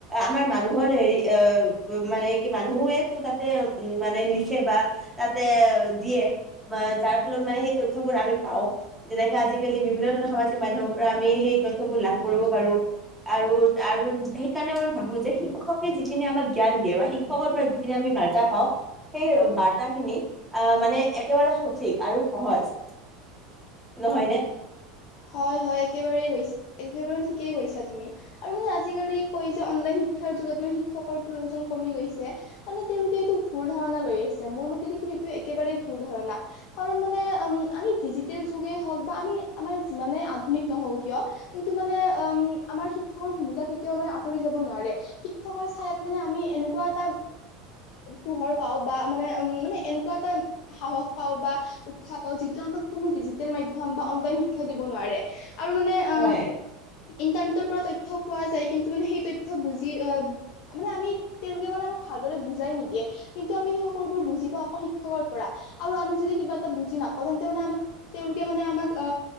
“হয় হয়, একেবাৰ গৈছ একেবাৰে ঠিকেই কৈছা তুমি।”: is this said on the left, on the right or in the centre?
Left